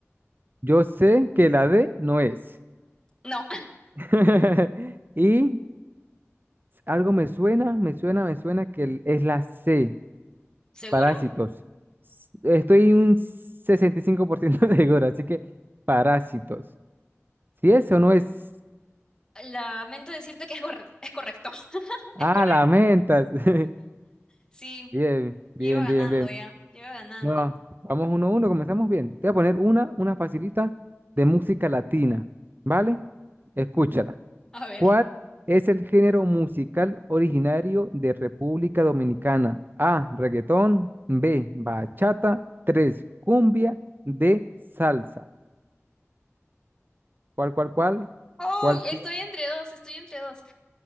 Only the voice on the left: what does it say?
No,
<laughs>
¿seguro?
Lamento decirte que es correcto. Es correcto. <laughs>
Es correcto.
Sí,
ya iba ganando
ya. Ya iba ganando.
A ver.
Oh,
estoy
entre dos, estoy entre dos.